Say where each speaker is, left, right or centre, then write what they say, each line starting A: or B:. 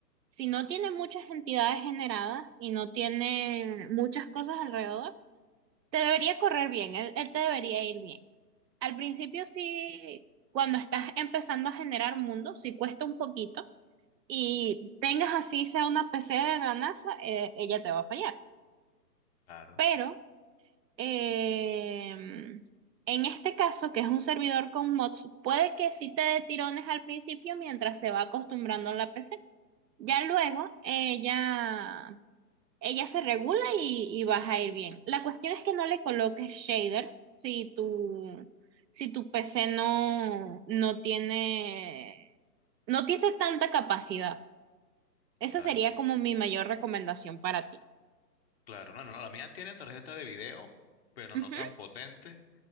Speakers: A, on the right (about 80°); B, on the left (about 40°).
A: si no tiene muchas entidades generadas y no tiene muchas cosas alrededor, te debería correr bien, él, él te debería ir bien. Al principio sí, cuando estás empezando a generar mundos, sí cuesta un poquito y tengas así sea una PC de la NASA, eh, ella te va a fallar.
B: Claro,
A: Pero Em, en este caso, que es un servidor con mods, puede que sí te dé tirones al principio mientras se va acostumbrando a la PC. Ya luego ella, ella se regula y, y vas a ir bien. La cuestión es que no le coloques shaders si tu, si tu PC no, no tiene, no tiene tanta capacidad. Esa
B: claro,
A: sería como mi mayor recomendación para ti.
B: claro. No, no, no, la mía tiene tarjeta de video, pero
A: Ujú.
B: no tan potente.